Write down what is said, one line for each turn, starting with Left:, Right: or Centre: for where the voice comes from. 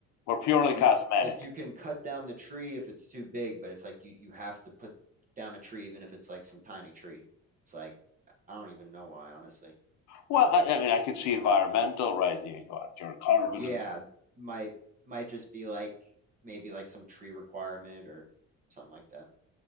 Left: or purely
Right: you
Left: cosmetic?
Right: like you can cut down the tree if it's too big, but it's like you you have to put down a tree even if it's like some tiny tree. It's like I don't even know why, honestly.
Left: Well, I, I mean, I can see environmental, right? You- you want Your carbon
Right: Yeah, might might just be like maybe like some tree requirement or something like that.